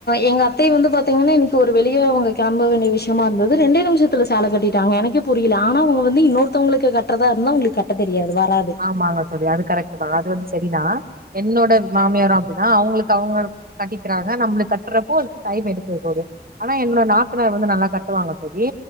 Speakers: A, on the left; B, on the right.
A: எங்க அத்தைய வந்து பாத்தீங்கன்னா இன்னைக்கு ஒரு வெளியே அவுங்க கெலம்ப வேண்டிய விஷயமா இருந்தது இரண்டு நிமிஷத்தில சேல கட்டாங்க எனக்கே புரியில ஆனாங்க வந்து இன்னொருத்தவங்களுக்கு கட்ரதா இருந்தா அவங்களுக்கு கட்ட தெரியாது வராது
B: ஆமாங்க தோழி அது கரெக்ட்டு தான் அது வந்து சரிதான் என்னோட மாமியாரும் அப்படிதா அவங்களுக்கு அவங்க கட்டிக்கிறாங்க நம்மளுக்கு கட்டுறப்போ ஸைடு எடுக்கது போது ஆனா என்னோட நாத்தனார் வந்து நல்லா கட்டுவாங்க தோழி